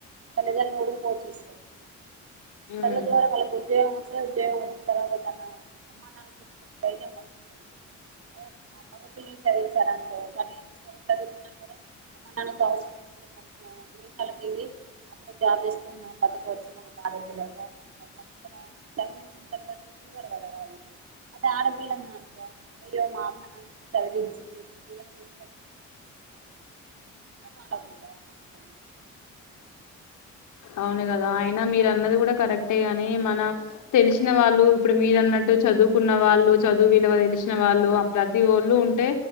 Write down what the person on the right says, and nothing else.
తల్లిదండ్రులను కూడా పోషిస్తాది
చదువు ద్వారా వాళ్ళకి ఉద్యోగం వస్తది ఉద్యోగం వచ్చిన తర్వాత తన అమ్మ నాన్న సంగం పైనే మోస్తా ధనం కి అదే నా మగ పిల్లల్ని చదివించారనుకో గాళ్ళు ఏం చేస్తారు చదువుకున్నాం కదా అమ్మ నాన్న లతో అవసరం ఏముంది ఇగ నాకు దేశాలకు వెళ్ళి అక్కడ జాబ్ చేస్కొని మనం బతకవచ్చు మనం భార పిల్లలతో అనుకుంటారు కాని ఇక్కడ జన్మనిచ్చిన తల్లిదండ్రులను చూడరు కదా వాళ్ళు అదే ఆడపిల్ల ఉందనుకో అయ్యో మా అమ్మ నన్ను ఇంత చదివిచింది నేన ర ఈ విధంగా చు వాళ్ళకు ఉంటది ఆడపిల్లలకి